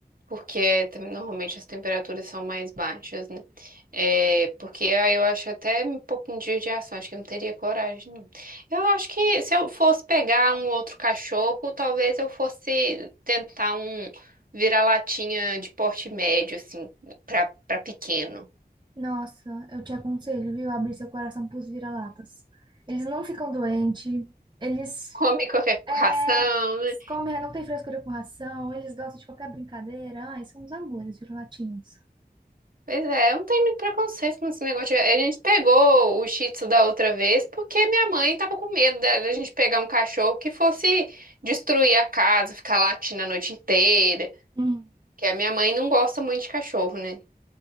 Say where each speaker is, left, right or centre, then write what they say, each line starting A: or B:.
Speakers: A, on the right; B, on the right.
A: porque tam- normalmente as temperaturas são mais baixas, né? É, porque aí eu acho até um pouquinho de judiação, acho que eu não teria coragem, não. Eu acho que se eu fosse pegar um outro cachorro, talvez eu fosse tentar um vira-latinha de porte médio, assim, pra, pra pequeno.
B: Nossa, eu te aconselho, viu, abrir seu coração pros vira-latas. Eles não ficam doentes, eles
A: Come qualquer
B: é,
A: <laughs> ração, né?
B: comem, não tem frescura com ração, eles gostam de qualquer brincadeira. Ai, são uns amores, vira-latinhos.
A: Pois é, eu não tenho muito preconceito com esse negócio. de- A gente pegou o Shih Tzu da outra vez porque minha mãe tava com medo da da gente pegar um cachorro que fosse destruir a casa, ficar latindo a noite inteira.
B: Hum.
A: Que a minha mãe não gosta muito de cachorro, né?